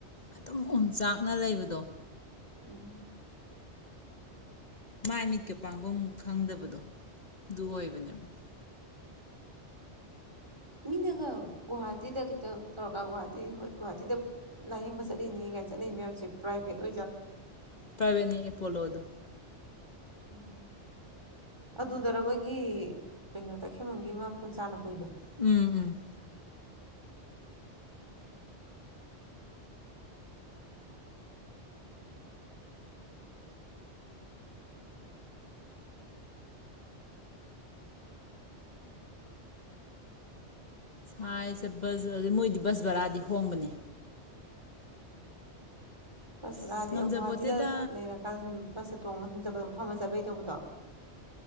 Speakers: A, on the left; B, on the right.
A: ꯑꯗꯨꯝ ꯎꯝꯆꯥꯛꯅ ꯂꯩꯕꯗꯣ
B: ꯎꯝ
A: ꯃꯥꯏ ꯃꯤꯠꯀ ꯄꯥꯡꯒꯣ ꯈꯪꯗꯕꯗꯣ ꯑꯗꯨ ꯑꯣꯏꯕꯅꯦꯕ
B: ꯃꯤꯅꯒ ꯒꯨꯍꯥꯇꯤꯗ ꯈꯤꯇꯪ ꯇꯧꯔꯀ ꯒꯨꯍꯥꯇꯤꯣꯏ ꯒꯨꯍꯥꯇꯤꯗ ꯂꯥꯏꯌꯦꯡꯕ ꯆꯠꯂꯤꯅꯦ ꯀꯥꯏꯅ ꯆꯠꯅꯩ ꯃꯌꯥꯝꯁꯦ ꯄ꯭ꯔꯥꯏꯚꯦꯠ ꯑꯣꯏꯖꯠ
A: ꯄꯕꯅꯤ ꯑꯩꯄꯣꯂꯣ ꯑꯗꯨ
B: ꯎꯝ ꯑꯗꯨꯗꯔ ꯃꯣꯏꯒꯤ ꯀꯩꯅꯣ ꯇꯈꯦꯡꯃꯒꯤ ꯃꯐꯝ ꯆꯥꯅ ꯄꯨꯨꯏꯗꯣ
A: ꯎꯝ ꯎꯝ ꯁꯥꯏꯁꯦ ꯕꯁ ꯑꯗꯨꯗꯩ ꯃꯣꯏꯗꯤ ꯕꯁ ꯕꯔꯥꯗꯤ ꯍꯣꯡꯕꯅꯦ
B: ꯕꯁ ꯔꯥꯑꯗꯤ
A: ꯑꯁ ꯉꯝꯖꯄꯣꯠꯇꯦꯗ
B: ꯒꯨꯍꯥꯇꯤꯗ ꯂꯩꯔꯀꯥꯟꯗꯁ ꯇꯣꯡꯉꯒ ꯁꯨꯝ ꯆꯠꯄꯗꯝ ꯐꯝꯃ ꯆꯠꯄꯩ ꯇꯧꯕꯗꯣ